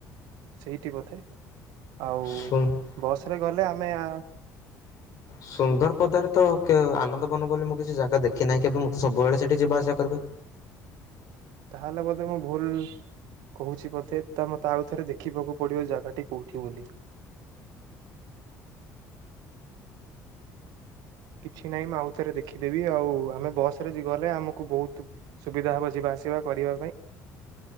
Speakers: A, on the right (about 80°); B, on the left (about 55°).
A: ସେଇଠି ବୋଧେ ଆଉ।
B: ଶ
A: ବସ ରେ ଗଲେ ଆମେ ଆ
B: ସୁନ୍ଦର ପଦରେ ତ ଆନନ୍ଦବନ ବୋଲି ମୁଁ କିଛି ଜାଗା ଦେଖି ନାହିଁ କେବେ ମୁଁ ତ ସବୁବେଳେ ସେଠି ଯିବା ଆସିବା କରିବି।
A: ତାହେଲେ ବୋଧେ ମୁଁ ଭୁଲ କହୁଛି ବୋଧେ ତା ମତେ ଆଉଥରେ ଦେଖିବାକୁ ପଡିବ ଜାଗାଟି କୋଉଠି ବୋଲି। କିଛି ନାହିଁ ମୁଁ ଆଉ ଥରେ ଦେଖିଦେବି ଆଉ ଆମେ ବସ ରେ ଗଲେ ଆମକୁ ବହୁତ ସୁବିଧା ହବ ଯିବା ଆସିବା କରିବା ପାଇଁ